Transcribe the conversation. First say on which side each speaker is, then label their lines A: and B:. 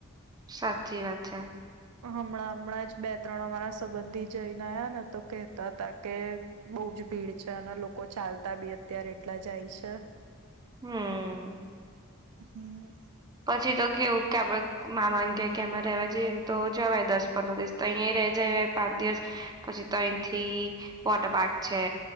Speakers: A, on the right (about 20°); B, on the right (about 85°).
A: સાચી વાત છે.
B: હમણાં હમણાં જ બે ત્રણ વારા સંબંધી જઈને્યા ને તો કેહતા હતા કે બહુ જ ભીડ છે અને લોકો ચાલતા બી અત્યારે એટલા જાય છે.
A: હહું
B: હમ.
A: પછી તો કેવું કે આપડ મા ન કે કે એમાં રેવા જઈએને તો જવાય દસ પંદર દિવસ તો અહીં રે જાય પાંચ દિવસ પછી તોહીથી વોટર પાર્ક છે.